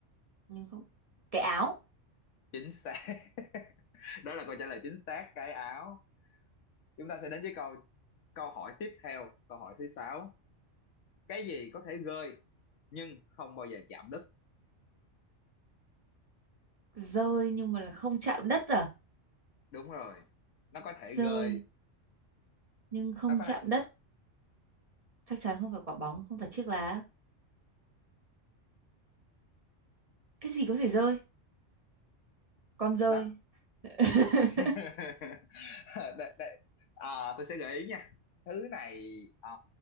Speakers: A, on the right (about 35°); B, on the left (about 75°).
A: nhưng không cái áo
B: Chính xác. <laughs> Đó là câu trả lời chính xác, cái áo. Chúng ta sẽ đến với câu câu hỏi tiếp theo, câu hỏi thứ sáu. Cái gì có thể gơi nhưng không bao giờ chạm đất?
A: rơi nhưng mà là không chạm đất à
B: Đúng rồi. Nó có thể gơi,
A: rơi nhưng không
B: nó có
A: chạm
B: thể
A: đất chắc chắn không phải quả bóng không phải chiếc lá cái gì có thể rơi con dơi
B: nó
A: <laughs>
B: <laughs> Đ- đ- à, tôi sẽ gợi ý nha. Thứ này à,